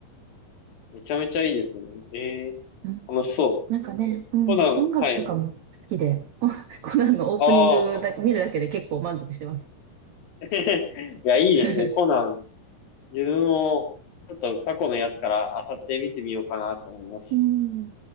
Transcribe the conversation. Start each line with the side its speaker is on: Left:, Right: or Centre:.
Left: めちゃめちゃいいですね。ええ
Right: うん。
Left: 楽しそう。
Right: なんかね、うん、
Left: コナン、
Right: 音楽とかも好きで、
Left: はい。
Right: <laughs> コナンのオープニングだ、
Left: ああ。
Right: 見るだけで結構満足してます。
Left: <laughs> いや、いいですね。
Right: <laughs>
Left: コナン、自分も、ちょっと過去のやつからあさって見てみようかなと思います。
Right: うん。